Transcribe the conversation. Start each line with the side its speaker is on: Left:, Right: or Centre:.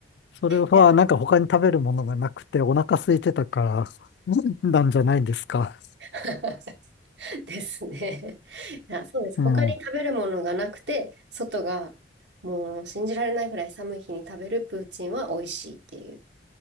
Left: それはなんか他に食べるものがなくてお腹空いてたから
Right: いや
Left: <laughs> なんじゃないんですか。
Right: <laughs> ですね。いや、そうです。
Left: うん、
Right: 他に食べるものがなくて、外がもう信じられないぐらい寒い日に食べるプーチンは美味しいっていう。